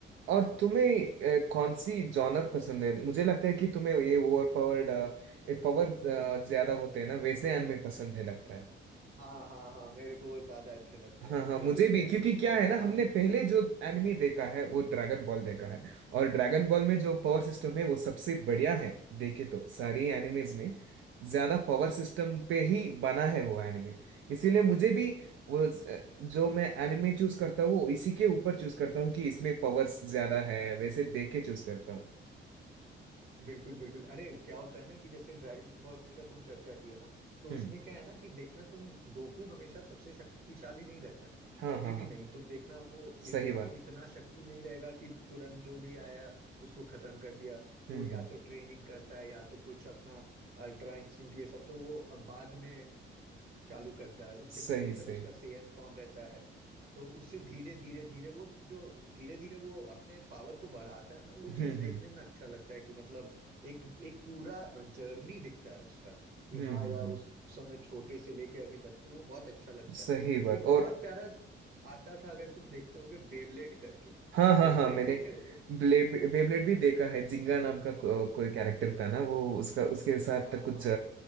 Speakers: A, on the right; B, on the right.
A: और
B: अच्छा
A: तुम्हें
B: है
A: अ, कौन सी जॉनर पसंद है मुझे लगता है कि तुम्हें ये ओवर पावर्ड पावर ज्यादा होते हैं ना वैसे anime पसंद है लगता है
B: हाँ हाँ हाँ मेरे को वो ज्यादा अच्छे लगते
A: हाँ
B: हैं
A: हाँ
B: मतलब
A: मुझे
B: जिसमें
A: भी क्योंकि क्या
B: तुम
A: है
B: देखोगे
A: ना हमने पहले जो एनिमे देखा है वो ड्रैगन बॉल देखा है और ड्रैगन बॉल में जो पावर सिस्टम है वो सबसे बढ़िया है देखे तो सारी एनिमेज में ज्यादा पावर सिस्टम पे ही बना है वो एनिमे इसीलिए मुझे भी वो ज- जो मैं एनिमे चूज करता हूँ वो इसी के ऊपर चूज करता हूँ कि इसमें पावर्स ज्यादा है वैसे देख के चूज करता हूँ
B: बिल्कुल बिल्कुल अरे क्या होता है ना कि जैसे ड्रैगन बॉल का तुम चर्चा की है ना तो
A: हम्म
B: उसमें क्या है ना कि देखना तुम गोकू हमेशा सबसे शक्तिशाली नहीं रहता है
A: हाँ
B: कभी
A: हाँ
B: भी
A: हाँ
B: नहीं तुम देखना वो एकदम
A: सही बात
B: इतना शक्ति नहीं रहेगा कि तुरंत जो भी आया उसको खत्म कर दिया वो
A: हम्म
B: या
A: हम्म
B: तो ट्रेनिंग करता है या तो कुछ अपना अल्ट्रा इंस्टिंक्ट ये सब तो वो अब बाद में चालू करता है उसके
A: सही
B: पहले जब
A: सही
B: उसका सेयन फॉर्म रहता है तो उससे धीरे धीरे धीरे वो जो धीरे धीरे वो अपने पावर को बढ़ाता है ना वो
A: हम्म
B: चीज देखने
A: हम्म
B: में अच्छा लगता है कि मतलब एक एक पूरा जर्नी दिखता है उसका कि
A: हम्म
B: हाँ
A: हम्म
B: यार
A: हम्म
B: उस समय छोटे से लेके अभी तक तो वो बहुत अच्छा लगता
A: सही
B: है
A: बात
B: एक बहुत
A: और
B: प्यारा आता था अगर तुम देखते होगे बेबलेट करके
A: हाँ हाँ
B: बेबलेट
A: हाँ मैंने
B: देखे हो क्या
A: ब्लेड बेब्लेड भी देखा है जिंगा नाम का को, कोई कैरेक्टर था ना वो उसका उसके साथ
B: हाँ
A: कुछ
B: हाँ